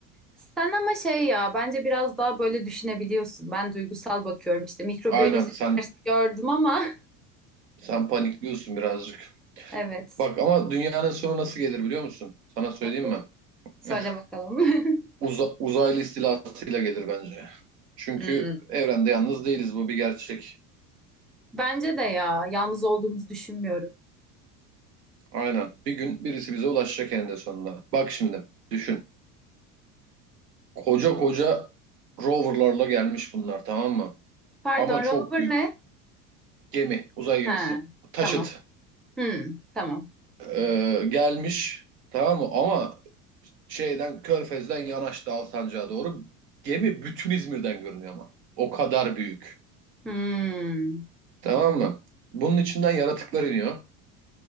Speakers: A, in the centre; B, on the right.
A: Sen ama şey ya bence biraz daha böyle düşünebiliyorsun. Ben duygusal bakıyorum işte mikrobiyoloji
B: Aynen sen
A: dersi gördüm ama <laughs>
B: sen panikliyorsun birazcık.
A: evet
B: Bak ama dünyanın sonu nasıl gelir biliyor musun? Sana söyleyeyim
A: nasıl?
B: mi?
A: Söyle
B: <laughs>
A: bakalım. <laughs>
B: Uza- uzaylı istilasıyla gelir bence. Çünkü
A: Hmm.
B: evrende yalnız değiliz bu bir gerçek.
A: Bence de ya yalnız olduğumuzu düşünmüyorum.
B: Aynen. Bir gün birisi bize ulaşacak eninde sonunda. Bak şimdi düşün. Koca koca roverlarla gelmiş bunlar tamam mı?
A: Pardon
B: Ama çok
A: rover
B: büyük
A: ne?
B: gemi, uzay gemisi.
A: Ha
B: Taşıt
A: tamam. Hmm, tamam.
B: e, gelmiş tamam mı? Ama şeyden Körfez'den yanaştı Alsancak'a doğru. Gemi bütün İzmir'den görünüyor ama. O kadar büyük.
A: Hmm.
B: Tamam mı? Bunun içinden yaratıklar iniyor.